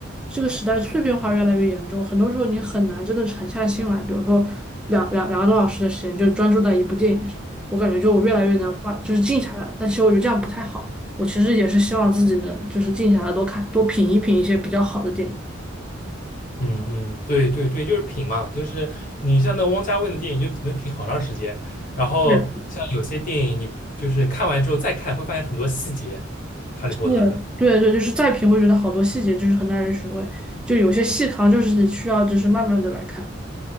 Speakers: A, in the centre; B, on the left (about 40°).
A: 这个时代碎片化越来越严重，很多时候你很难真的沉下心来，比如说两两两个多小时的时间就专注在一部电影上，我感觉就我越来越能花，就是静下来了。但其实我觉得这样不太好，我其实也是希望自己能就是静下来多看多品一品一些比较好的电影。
B: 嗯嗯，对对对，就是品嘛，就是你像那汪家卫的电影就能品好长时间，然后像有些电影你就是看完之后再看，
A: 对。
B: 会发现很多细节，《哈利波特》的。
A: 嗯，对对，就是再品会觉得好多细节就是很耐人寻味，就有些细糠就是需要就是慢慢的来看。